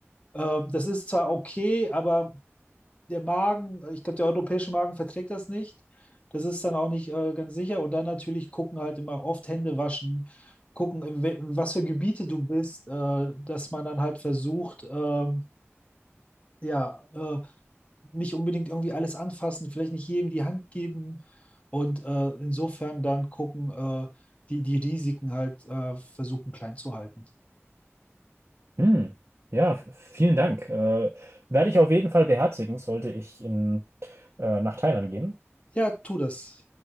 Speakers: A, on the left; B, on the right.
A: Ähm, das ist zwar okay, aber der Magen, ich glaube, der europäische Magen verträgt das nicht. Das ist dann auch nicht äh, ganz sicher. Und dann natürlich gucken halt immer oft Hände waschen, gucken, in, we- in was für Gebiete du bist, äh, dass man dann halt versucht, äh, ja, äh, nicht unbedingt irgendwie alles anfassen, vielleicht nicht jedem die Hand geben und äh, insofern dann gucken, äh, die, die Risiken halt äh, versuchen klein zu halten.
B: Hm. Ja, f- vielen Dank. Äh, werde ich auf jeden Fall beherzigen, sollte ich in, äh, nach Thailand gehen.
A: Ja, tu das.